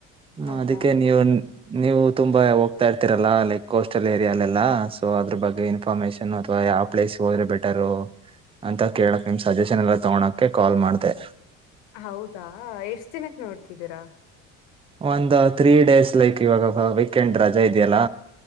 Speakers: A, on the right; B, on the left.
A: ಹ
B: ಹೌದಾ
A: ಅದಕ್ಕೆ ನೀವು ನೀವು ತುಂಬಾ ಹೋಗ್ತಾ ಇರ್ತಿರಲ್ಲಾ ಲೈಕ್ ಕೋಸ್ಟಲ್ ಏರಿಯಲ್ಲೆಲ್ಲಾ ಸೊ ಅದ್ರ ಬಗ್ಗೆ ಇನ್ಫಾರ್ಮೇಶನ್ ಅಥ್ವಾ ಯಾವ ಪ್ಲೇಸ್ಗೆ ಹೋದ್ರೆ ಬೆಟ್ ಟರು ಅಂತ ಕೇಳಕ್ ನಿಮ್ ಸಜೆಷನ್ ಎಲ್ಲಾ ತಗೋಳೋಕೆ ಕಾಲ್ ಮಾಡದೆ
B: ಹೌದಾ ಎಷ್ಟ ದಿನಕ್ ನೋಡ್ ತ್ತಿದ್ದೀರಾ
A: ಒಂದ ತ್ರೀ ಡೇಸ್ ಲೈಕ್ ಇವಾಗ ವೀಕೆಂಡ್ ರಜೆ ಇದೆಯಲ್ಲ